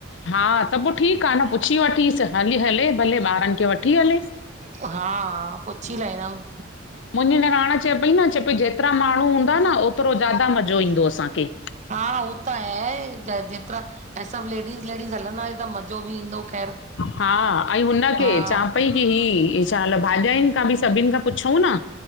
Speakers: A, on the left; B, on the right.
A: हा, त पो ठीक आ न पुछी वठीस हली हले भले ॿारनि खे वठी हले।
B: हा, हा पुछी लहींदम।
A: मुंहिंॼी निराण चए पई न, चए पई ॼेतिरा माण्हू हूंदा न ओतरो ज्यादा मज़ो ईंदो असांखे।
B: हा हो त आहे, चाहे ॼेतिरा ऐं सभ लेॾीज़ लेॾीज़ हलंदास त मज़ो बि ईंदो ख़ैर।
A: हा, अईं हुनखे
B: हा
A: चां पई की ही साल भाॼाइनि खां ॿि सभिन खां पुछऊं ना?